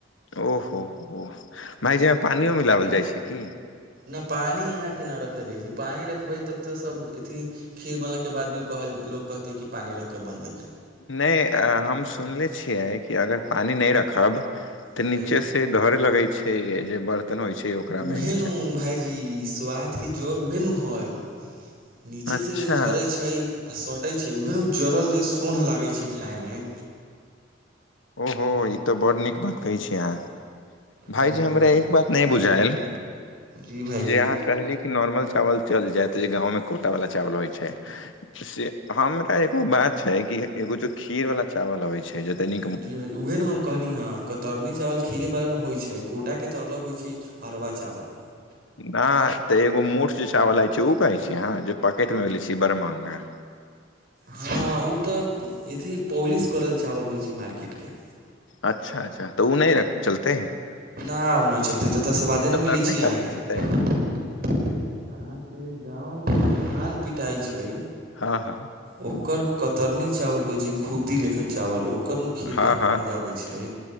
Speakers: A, on the left (about 80°); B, on the right (about 55°).
A: ओहो हो भायजी ओमे पानियो मिलाओल जाइ छै की
B: न पानी अहा के न रख रखल जाइ छै पानि रखबै तब तऽ सब अथी खीर बनला बाद भी कहल लोक कहते को पानि रखिकऽ बनलैऽ
A: नहि हम सुनले छियै कि अगर पानी नहि रखब तऽ
B: जी
A: नीचे
B: भाइजी
A: से धर लगे छै जे बर्तन होइ छै ओकरा
B: उहे
A: मे नीचे
B: नू
A: से।
B: भायजी स्वद के जर उहेनू हई नीचे
A: अच्छा
B: से जे झरे छै आ सटे छै उहेन जड़ल जे सोढ़ लागे छै खाय मे
A: ओहो ई तऽ बड्ड नीक बात कहै छी अहाँ भायजी
B: जी
A: हमरा
B: भाइजी
A: एक बात नहि बुझायल
B: जी भाइजी
A: जे अहाँ कहली नॉर्मल चावल चल जायत जे गाँवमे कोटा वला चावल होइ छै से हमरा एगो बात छै कि एगो जो खीर वाला चावल अबै छै जे तनी
B: जी उएह नु कहली हँ कतरनी चावल खीरे बालन होइ छै कोटाके तऽ अलग होइ छै अरबा चावल
A: न तऽ एगो मोट जे चावला छै ओ कहे छी अहाँ जे पॉकेट मे मे छी बड़ मागा <inaudible>
B: हँ ओ तऽ अथी पॉलिश करल चावल होइ छै मार्केट के
A: अच्छा अच्छा त ओ नहि चलते
B: नहि ओ नहि चलतै तऽ एतय सवादे ने
A: कतरनी
B: मिलै छै
A: चावल
B: अहाँके
A: चलतै
B: अहाँके गाँमे जे घान पिटाइ छै
A: हँ हँ
B: ओकर कतरनी चावल होइ छै खुद्दी लेखन चावल ओ ओकर नु खीर
A: हँ
B: खायके
A: हँ
B: मजा अबै छै